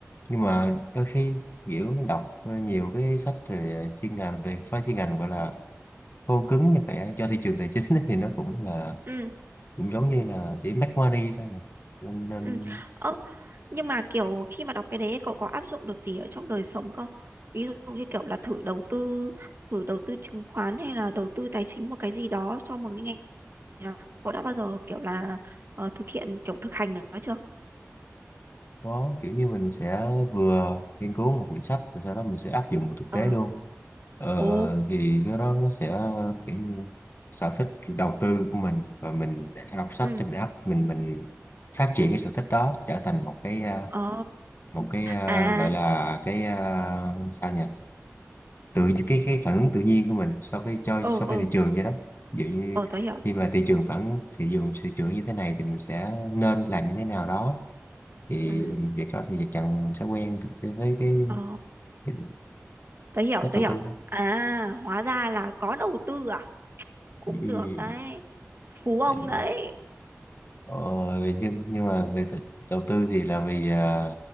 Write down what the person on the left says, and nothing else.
nhưng mà đôi khi kiểu mình đọc ờ, nhiều cái sách về ờ, chuyên ngành về phá chuyên ngành gọi là khô cứng như vậy á, cho thị trường tài chính <laughs> ấy thì nó cũng là
cũng giống như là chỉ make money thôi mà nên, nên
có kiểu như mình sẽ vừa nghiên cứu một quyển sách rồi sau đó mình sẽ áp dụng vào thực
tế luôn ờ,
thì cái đó nó sẽ kiểu như sở thích đầu tư của mình và mình đã đọc sách
thì mình áp mình mình phát triển cái sở thích đó trở thành một cái à,
một cái à,
gọi là cái à, sao nhỉ tự cái cái phản ứng tự nhiên của mình so với cho
so với
thị trường vậy đó ví dụ như
khi mà thị trường phản thị trường thị trường như thế này thì mình sẽ nên làm như thế nào đó thì
việc đó thì chắc chắn mình sẽ quen với cái cái
cái
cách
đầu
tư
Ừ,
dạ
ờ, nhưng nhưng mà về thực- đầu tư thì là vì à,